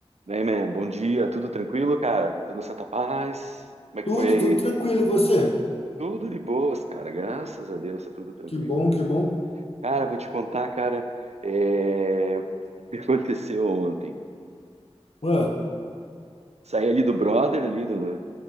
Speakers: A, on the right; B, on the left.
A: Daí, man, bom dia, tudo tranquilo, cara? Tudo na Santa Paz? Como é que
B: Tudo,
A: foi aí?
B: tudo tranquilo. E você?
A: Tudo de boas, cara, graças a Deus, tá tudo tranquilo,
B: Que bom,
A: cara.
B: que bom.
A: Cara, vou te contar, cara, é, o que aconteceu ontem.
B: Ué,
A: Saí ali do brother, ali do-